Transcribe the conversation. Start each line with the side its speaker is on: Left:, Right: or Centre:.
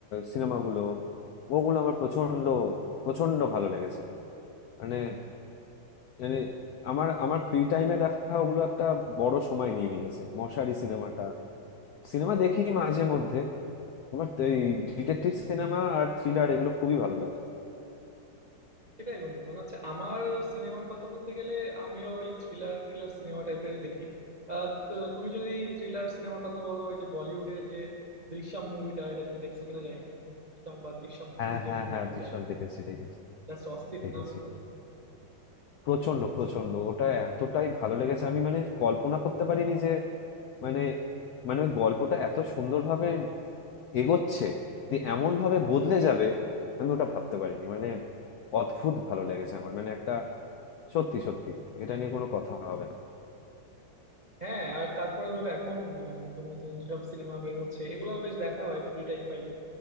Left: সিনেমাগুলো ওগুলো আমার প্রচন্ড প্রচন্ড ভালো লেগেছে মানে মানে আমার আমার ফ্রি টাইমে দেখা ওগুলো একটা বড় সময় নিয়ে নিয়েছে মশারি সিনেমাটা সিনেমা দেখি মাঝে মধ্যে আমার তো এই ডিটেকটিভ সিনেমা আর থ্রিলার এগুলো খুবই ভালো লাগে
Right: সেটাই বন্ধু মানে হচ্ছে আমার সিনেমার কথা বলতে গেলে আমিও ওই থ্রিলার থ্রিলার সিনেমা টাইপের দেখি আহ, তো তুমি যদি থ্রিলার সিনেমার কথা বলো ওই যে বলিউডের যে দৃশ্যম মুভিটা এটা তুমি দেখছো কিনা জানি না দৃশ্যম বা দৃশ্যম
Left: হ্যাঁ
Right: টু যে
Left: হ্যাঁ
Right: মুভি
Left: হ্যাঁ
Right: দুইটা
Left: দৃশ্যম দেখেছি দেখেছি
Right: জাস্ট অস্থির
Left: দেখেছি
Right: না বন্ধু
Left: প্রচন্ড প্রচন্ড ওটা এতটাই ভালো লেগেছে আমি মানে কল্পনা করতে পারিনি যে মানে মানে ওই গল্পটা এত সুন্দরভাবে এগোচ্ছে যে এমন ভাবে বদলে যাবে আমি ওটা ভাবতে পারিনি মানে অদ্ভুত ভালো লেগেছে আমার মানে একটা সত্যি সত্যি এটা নিয়ে কোনো কথা হবে না
Right: হ্যাঁ আর তারপরে ধরো এখন আহ, নতুন নতুন সব সিনেমা বের হচ্ছে এগুলাও বেশ দেখা হয় ফ্রি টাইম পাইলে